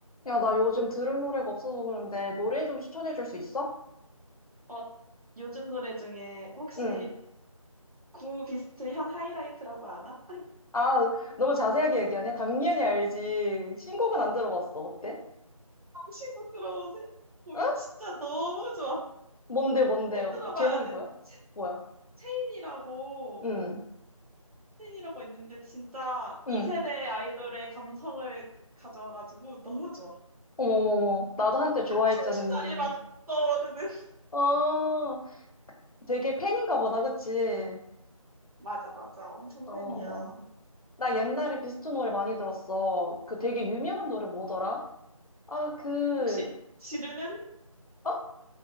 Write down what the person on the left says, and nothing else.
야, 나 요즘 들을 노래가 없어서 그런데 노래 좀 추천해 줄 수 있어?
응.
아, 너무 자세하게 얘기하네? 당연히 알지. 신곡은 안 들어봤어. 어때?
응?
뭔데, 뭔데?
제목이
뭐야?
뭐야?
응,
응.
어머머머. 나도 한때 좋아했잖니.
어, 되게 팬인가 보다, 그치?
어머머.
나 옛날에 비스트 노래 많이 들었어. 그 되게 유명한 노래 뭐더라? 아, 그,
어?